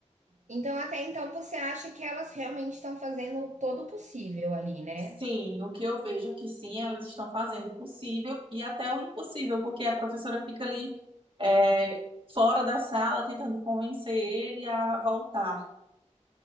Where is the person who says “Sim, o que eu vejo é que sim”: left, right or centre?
Right